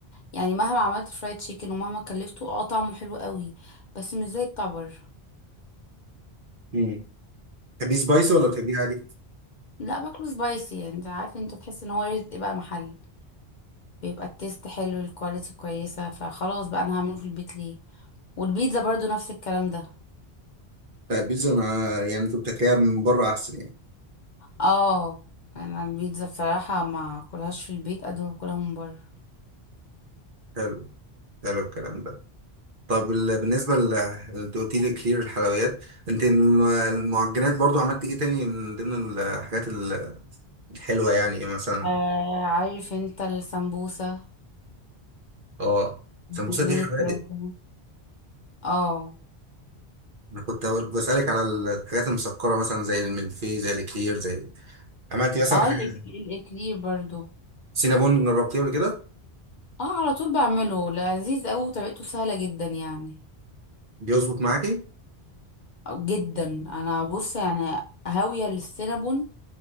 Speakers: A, on the left; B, on the right.
A: يعني مهما عملت فرايد تشيكن ومهما كلفته اه طعمه حلو قوي بس مش زي بتاع بره
B: مم. تحبيه سبايسي ولا تحبيه عادي
A: لا باكله سبايسي يعني انت عارف انت تحس ان هو رزق بقى محل بيبقى التيست حلو الكواليتي كويسة فخلاص بقى انا هعمله في البيت ليه والبيتزا برضو نفس الكلام ده
B: لا البيتزا ما يعني انت بتاكلها من بره احسن يعني
A: اه انا البيتزا بصراحة ما اكلهاش في البيت قد ما باكلها من بره
B: حلو حلو الكلام ده طب ال- بالنسبه ل انت قلت لي كتير الحلويات انت الم- المعجنات برضو عملت ايه تاني من ضمن الحاجات ال- الحلوه يعني مثلا
A: آه عارف انت السمبوسة
B: اه
A: الميني
B: سمبوسه دي حوادق
A: كروffon. اه
B: انا كنت أول- بسالك على الحاجات المسكره مثلا زي الملفي زي الكلير زي عملتي مثلا
A: اه
B: حاجه
A: الإك- الاكلير برضو
B: سينابون جربتيه قبل كده
A: اه على طول بعمله لذيذ قوي وطريقته سهلة جدا يعني
B: بيظبط معاكي
A: آه، جدا انا بص يعني هاوية للسينابون